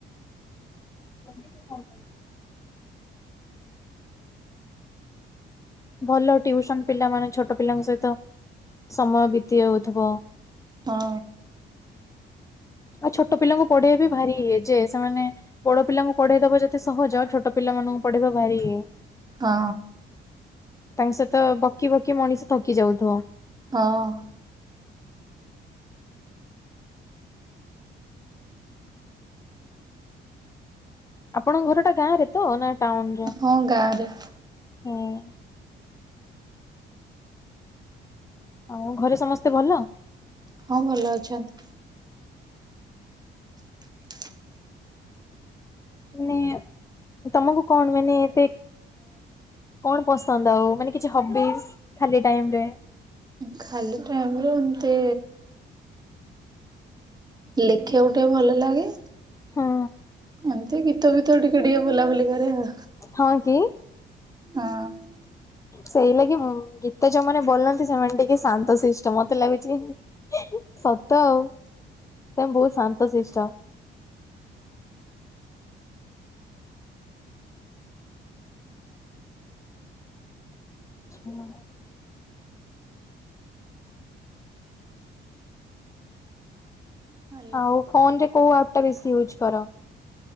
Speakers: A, on the left (about 15°); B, on the right (about 20°).
A: <unintelligible> ଭଲ ଟିଉସନ୍ ପିଲା ମାନେ ଛୋଟ ପିଲାଙ୍କ ସହିତ ସମୟ ବିତି ଯାଉଥିବ।
B: ହଁ।
A: ଆଉ ଛୋଟ ପିଲାଙ୍କୁ ପଢେଇବା ବି ଭାରି ଇ ଯେ ସେମାନେ ବଡ଼ ପିଲାଙ୍କୁ ପଢେଇବା ଦେବା ଯେତେ ସହଜ ଛୋଟ ପିଲାଙ୍କୁ ପଢ଼େଇବା ଭାରି ୟେ
B: ହଁ।
A: ତାଙ୍କ ସହିତ ବକି ବକି ମଣିଷ ଥକି ଯାଉ ଥିବ।
B: ହଁ।
A: ଆପଣଙ୍କ ଘରଟା ଗାଁରେ ତ ନା ଟାଉନ ରେ?
B: ହଁ ଗାଁରେ।
A: ହଁ। ଆଉ ଘରେ ସମସ୍ତେ ଭଲ?
B: ହଁ ଭଲ ଅଛନ୍ତି। <unintelligible>
A: ମାନେ ତମକୁ କଣ ମାନେ ଏତେ କଣ ପସନ୍ଦ ଆଉ ମାନେ କିଛି ହବିସ୍ ଖାଲି ଟାଇମ ରେ?
B: ଖାଲି ଟାଇମ ରେ ଏମିତି ଲେଖିବାକୁ ଟିକେ ଭଲ ଲାଗେ।
A: ହଁ।
B: ଏମିତି ଗୀତ ଫିତ ଟିକେ ଟିକେ ବୋଲାବୋଲି କରେ ଆଉ।
A: ହଁ କି?
B: ହଁ।
A: ସେଇ ଲାଗି ଉଁ ଗୀତ ଯୋଉ ମାନେ ବୋଲନ୍ତି ସେମାନେ ଟିକେ ଶାନ୍ତ ଶିଷ୍ଟ ମତେ ଲାଗୁଛି ସତ ଆଉ ତମେ ବହୁତ ଶାନ୍ତ ଶିଷ୍ଟ। <unintelligible>
B: ଭଲ।
A: ଆଉ ଫୋନ୍ ରେ କୋଉ ଆପ ଟା ବେଶି ୟୁଜ କର?